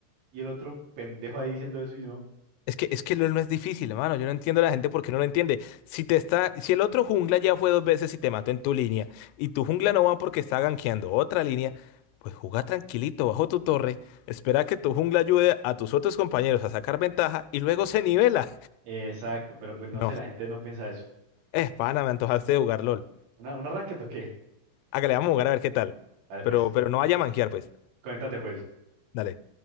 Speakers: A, on the right; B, on the left.
A: Y el otro pendejo ahí diciendo eso y yo,
B: Es que, es que LOL no es difícil, hermano. Yo no entiendo a la gente porque no lo entiende. Si te está, si el otro jungla ya fue dos veces y te mató en tu línea, y tu jungla no va porque está gankeando otra línea, pues juega tranquilito bajo tu torre, espera que tu jungla ayude a tus otros compañeros a sacar ventaja y luego se nivela.
A: exacto, pero pues no
B: No.
A: sé, la gente no piensa eso.
B: Es pana, me antojaste de jugar LOL.
A: ¿Una, un arranque toqué?
B: Ah, que le vamos a jugar a ver qué tal.
A: Dale
B: Pero,
A: pues,
B: pero no vaya a manquear, pues.
A: conéctate pues.
B: Dale.